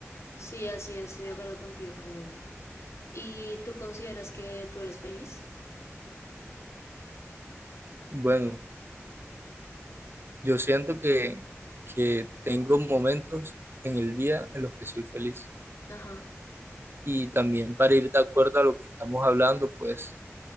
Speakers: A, on the left; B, on the right.
A: sí, así es, estoy de acuerdo contigo, Fernando. ¿Y tú consideras que tú eres feliz?
B: Bueno, yo siento que, que tengo momentos en el día en los que soy feliz.
A: Ajá.
B: Y también para ir de acuerdo a lo que estamos hablando, pues